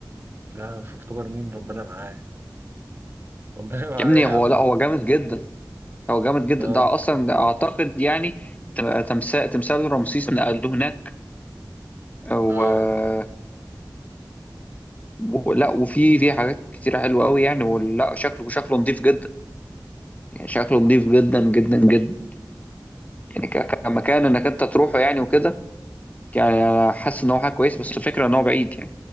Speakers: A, on the right; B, on the left.
A: لا في اكتوبر مين ربنا معاه ربنا <laughs> معاه
B: يا ابني
A: يا
B: هو
A: عم
B: لا هو جامد جدا هو جامد جدا
A: اه
B: ده اصلا ده اعتقد يعني تم- تمثال تمثال رمسيس نقلوه هناك و...
A: اه
B: ولا وفي في حاجات كتير حلوه قوي يعني ولا شكله شكله نظيف جدا يعني شكله نظيف جدا جدا جدا يعني ك- كمكان انك انت تروحه يعني وكده يعني انا حاسس ان هو حاجه كويس بس الفكره ان هو بعيد يعني